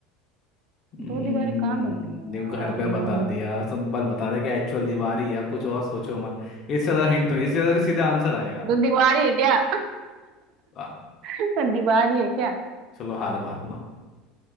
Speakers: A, on the left (about 45°); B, on the right (about 60°).
A: हम्म,
B: दो दीवारें कहाँ मिलती हैं
A: देखो
B: यार?
A: घर पे
B: हम्म,
A: बता दिया सिंपल बता दिया कि एक्चुअल दीवार ही है कुछ और सोचो मत इससे ज्यादा हिंट तो इससे ज्यादा सीधा आंसर आएगा
B: दो दीवार ही है क्या
A: आ,
B: <laughs> दीवार ही है क्या
A: चलो हार मान लो